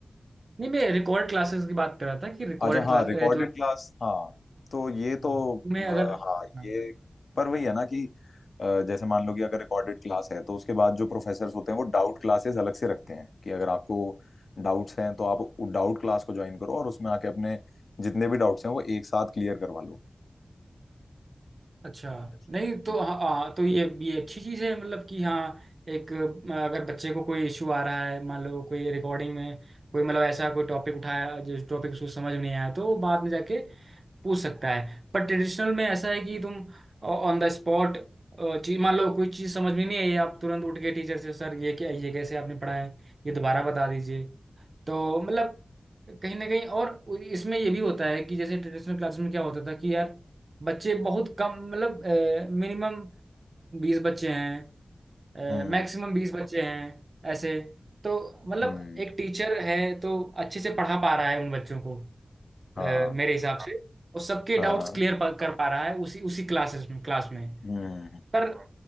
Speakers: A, on the right (about 55°); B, on the left (about 75°).
A: नहीं मैं रिकॉर्ड क्लासेस की बात कर रहा था कि रिकॉर्ड
B: अच्छा हाँ
A: क्लास
B: रिकॉर्डेड
A: ए, जो
B: पॉडकास्ट क्लास हाँ तो ये
A: हम्म,
B: तो अ,
A: में अगर हाँ,
B: हाँ ये पर वही है ना कि अ, जैसे मान लो कि अगर रिकॉर्डेड क्लास है तो उसके बाद जो प्रोफेसर्स होते हैं वो डाउट क्लासेस अलग से रखते हैं कि अगर आपको डाउट्स हैं तो आप डाउट क्लास को ज्वाइन करो और उसमें आके अपने जितने भी डाउट्स हैं वो एक साथ क्लियर करवा लो
A: अच्छा
B: अच्छा
A: नहीं तो
B: हम्म
A: हाँ हाँ, तो ये ये अच्छी चीज़ है मतलब कि हाँ एक अ, अगर बच्चे को कोई इशू आ रहा है मान लो कोई रिकॉर्डिंग में कोई मतलब ऐसा कोई टॉपिक उठाया जिस टॉपिक उसको समझ में नहीं आया तो वो बाद में जाके पूछ सकता है पर ट्रेडिशनल में ऐसा है कि तुम ऑन द स्पॉट चीज मान लो कोई चीज़ समझ में नहीं आई आप तुरंत उठ के टीचर से सर ये क्या ये कैसे आपने पढ़ाया है ये दोबारा बता दीजिए तो मतलब कहीं ना कहीं और इसमें ये भी होता है कि जैसे ट्रेडिशनल क्लासेस में क्या होता था कि यार बच्चे बहुत कम मतलब मिनिमम बीस बच्चे हैं
B: हम्म
A: मैक्सिमम बीस बच्चे हैं ऐसे तो मतलब
B: हम्म,
A: एक टीचर है तो अच्छे से पढ़ा पा रहा है उन बच्चों को
B: हाँ
A: अ, मेरे हिसाब से और सबके
B: हाँ
A: डाउट्स
B: हाँ इंटरेस्टिंग
A: क्लियर कर पा रहा है उसी उसी क्लासेस में क्लास में
B: हम्म
A: पर